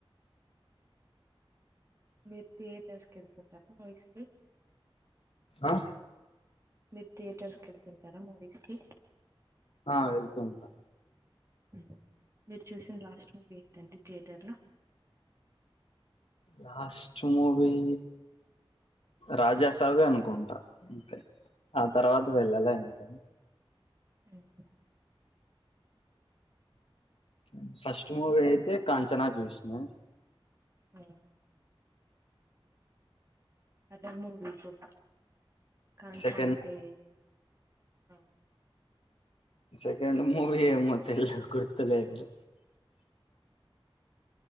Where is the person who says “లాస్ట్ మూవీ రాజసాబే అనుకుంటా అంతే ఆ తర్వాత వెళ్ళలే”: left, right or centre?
Left